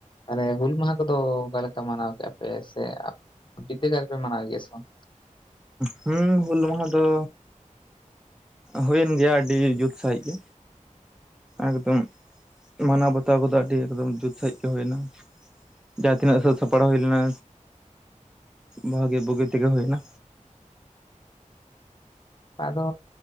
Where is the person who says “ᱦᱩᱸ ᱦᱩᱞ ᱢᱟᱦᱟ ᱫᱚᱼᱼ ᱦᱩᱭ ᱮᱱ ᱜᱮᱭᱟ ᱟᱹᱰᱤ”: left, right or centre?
Centre